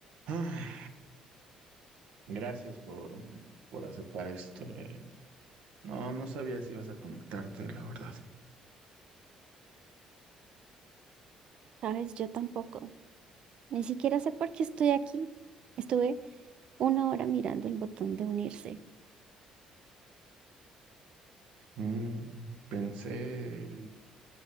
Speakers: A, on the right; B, on the right.
A: Ah, Gracias por, por aceptar esto. eh. No, no sabía si ibas a conectarte, la verdad.
B: Sabes, yo tampoco. Ni siquiera sé por qué estoy aquí. Estuve una hora mirando el botón de unirse.
A: Mm, pensé,